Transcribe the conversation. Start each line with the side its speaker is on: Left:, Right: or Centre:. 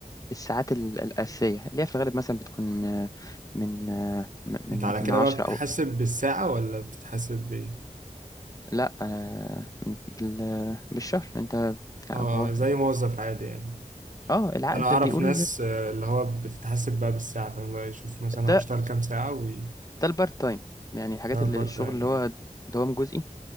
Left: الساعات ال- الاساسيه اللي هي في الغالب مثلا بتكون آه، من آه، من
Right: انت على كده
Left: من 10
Right: بقى بتتحاسب
Left: او
Right: بالساعة ولا بتتحاسب بإيه؟
Left: لا آه، بال- بالشهر انت
Right: اه
Left: هو
Right: زي موظف عادي يعني
Left: اه العقد
Right: انا اعرف
Left: بيقول
Right: ناس آه، اللي هو بتتحسب بقى بالساعه فاهم بقى يشوف مثلا
Left: ده
Right: هو اشتغل كام ساعه وي...
Left: ده البارت تايم يعني الحاجات
Right: ده
Left: اللي
Right: بارت
Left: الشغل
Right: تايم
Left: اللي هو دوام جزئي